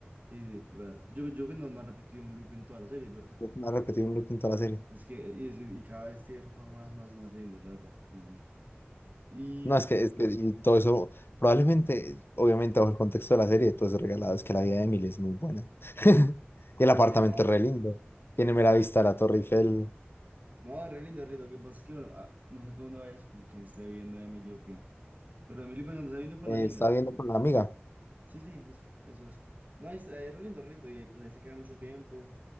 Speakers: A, on the right; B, on the left.
A: sí, sí, es verdad. Yo, yo que no, no ha repetido un look en toda la serie, ¿verdad?
B: No ha repetido un look en toda la serie.
A: Es que, y, es y cada vez tiene ropa más, más, más linda, ¿verdad? Sí, sí. Y,
B: No, es que, es que y todo eso, probablemente, obviamente bajo el contexto de la serie, todo es regalado, es que la vida de Emily es muy buena. <laughs> Y el apartamento
A: y no,
B: es
A: pues,
B: re lindo,
A: uf.
B: tiene mera vista a la Torre Eiffel,
A: no, re lindo, re lindo. Lo que pasa es que, bueno, ah, no sé tú dónde vayas con quien esté viendo Emilio o qué. Pero Emilio, pues, donde está viendo con
B: eh,
A: la amiga?
B: estaba viendo con la amiga,
A: Sí, sí, eso, eso, eso. No, ahí está, es re lindo, re lindo, y pues ahí se queda mucho tiempo,